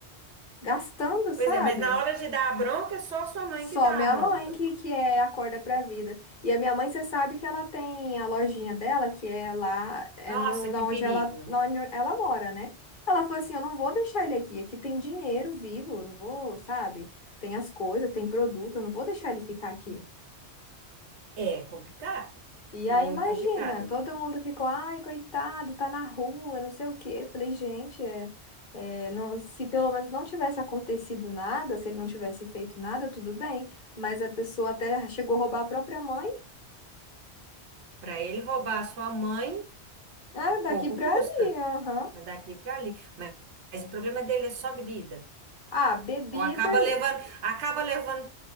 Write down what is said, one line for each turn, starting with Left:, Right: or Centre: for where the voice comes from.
Left: gastando, sabe?
Right: Pois é, mas na hora de dar a bronca, é só a sua mãe
Left: Só
Right: que dá
Left: minha
Right: a bronca.
Left: mãe que, que é acorda pra vida. E a minha mãe, você sabe que ela tem a lojinha dela, que é lá, é
Right: Nossa,
Left: no,
Right: que
Left: na onde
Right: perigo.
Left: ela, na onde ela mora, né? Ela falou assim: eu não vou deixar ele aqui, aqui tem dinheiro vivo, eu não vou, sabe? Tem as coisas, tem produto, eu não vou deixar ele ficar aqui.
Right: É complicado,
Left: E
Right: muito
Left: aí, imagina,
Right: complicado.
Left: todo mundo ficou, ai, coitado, tá na rua, não sei o quê. Falei, gente, é, é, não- se pelo menos não tivesse acontecido nada, se ele não tivesse feito nada, tudo bem. Mas a pessoa até chegou a roubar a própria mãe,
Right: Para ele roubar a sua mãe,
Left: né?
Right: é pouco
Left: Daqui pra
Right: custa.
Left: ali, aham.
Right: É daqui para ali. Mas, mas o problema dele é só bebida.
Left: Ah, bebida,
Right: Ou acaba levando,
Left: e-
Right: acaba levando